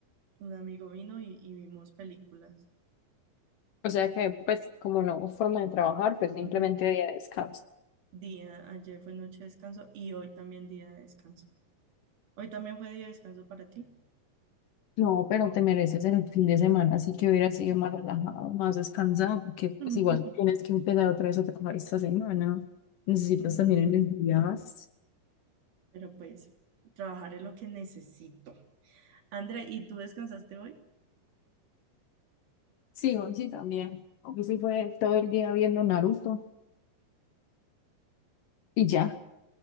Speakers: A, on the right; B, on the left.
A: un amigo vino y, y vimos películas.
B: O sea que, pues, como no hubo forma de trabajar, pues simplemente
A: Ujú.
B: día de descanso.
A: Día, ayer fue noche de descanso y hoy también día de descanso. Hoy también fue día de descanso para ti.
B: No, pero te mereces el fin de semana, así que hubiera sido más relajado, más descansado, porque pues
A: <laughs>
B: igual tienes que empezar otra vez a trabajar esta semana. Necesitas
A: Mm,
B: también energías.
A: pero pues, trabajaré lo que necesito. André, ¿y tú descansaste hoy?
B: Sí, hoy sí también. Hoy sí fue todo el día viendo Naruto y ya.